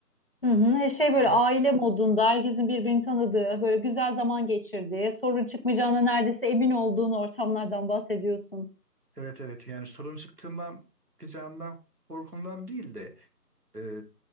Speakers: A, on the left; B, on the right.
A: Hı hı. E, Şey
B: Yani,
A: böyle aile modunda herkesin birbirini tanıdığı, böyle güzel zaman geçirdiği, sorun çıkmayacağına neredeyse emin olduğun ortamlardan bahsediyorsun.
B: evet evet yani sorun çıktığından çıkacağından korkumdan değil de e,